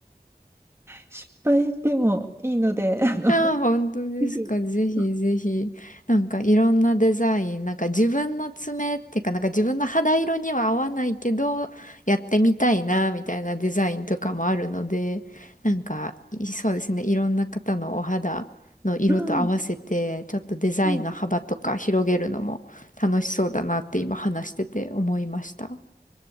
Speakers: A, on the right; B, on the left.
A: 失敗でもいいので、<laughs> あの、
B: ああ、本当ですか。
A: ぜひ、
B: ぜひぜひ。
A: うん、
B: なんかいろんなデザイン、なんか自分の爪っていうかなんか自分の肌色には合わないけど、やってみたいな、みたいなデザインとかもあるので、なんか、いそうですね。いろんな方のお肌の色と合わせて、
A: うん、
B: ちょっとデザインの幅とか広げるのも楽しそうだなって今話してて思いました。
A: うん